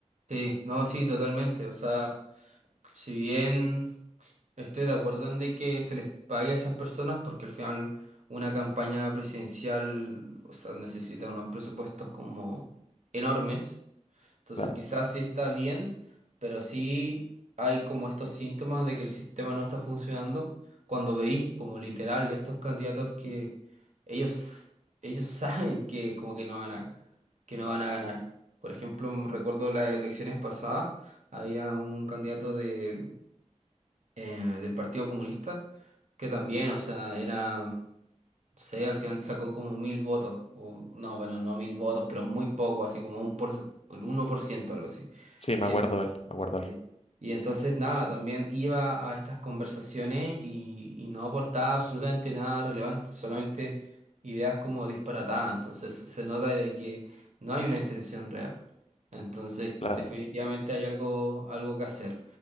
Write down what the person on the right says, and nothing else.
Sí, no, sí, totalmente. O sea, si bien... Estoy de acuerdo en de que se les pague a esas personas porque al final una campaña presidencial, o sea, necesita unos presupuestos como enormes. Entonces
quizás sí está bien, pero sí hay como estos síntomas de que el sistema no está funcionando. Cuando veis como literal estos candidatos que ellos, ellos <laughs> saben que como que no van a, que no van a ganar. Por ejemplo, recuerdo las elecciones pasadas, había un candidato de eh, del Partido Comunista, que también, o sea, era, no sé, al final sacó como mil votos, o, no, bueno, no mil votos, pero muy poco, así como un por, un uno por ciento algo así,
si
es que.
Sí.
Y entonces nada, también iba a estas conversaciones y, y no aportaba absolutamente nada relevante, solamente ideas como disparatadas. Entonces se nota de que no hay una intención real. Entonces
definitivamente hay algo, algo que hacer.